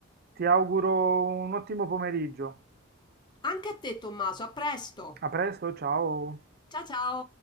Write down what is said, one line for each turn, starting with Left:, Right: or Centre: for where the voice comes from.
Right: ti auguro un ottimo pomeriggio.
Left: Anche a te, Tommaso, a presto.
Right: A presto, ciao.
Left: Ciao ciao.